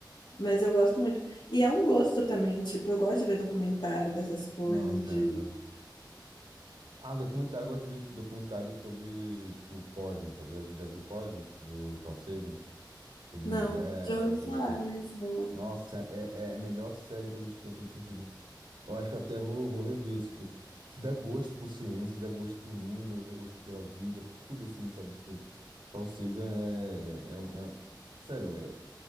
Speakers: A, on the left; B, on the right.
A: Mas eu gosto muito. E é um gosto também, tipo, eu gosto de ver documentário dessas coisas,
B: Não, entendo.
A: de...
B: Ah, documentário, eu gosto de ver, tipo, documentário sobre, tipo, o Cosmos, sabe? Já, já viu Cosmos, do Carl Sagan? Sobre
A: Não,
B: o universo,
A: já ouvi
B: a história
A: falar,
B: das coisas.
A: mas não.
B: Nossa, é, é é a melhor série de todos os tempos nesse sentido. Eu acho que até vou, vou rever, tipo, se dá gosto por ciência, se dá gosto por números, se dá gosto pela vida, por tudo assim, sabe? Tipo, Carl Sagan é, é, é um- é- um, Sério, é,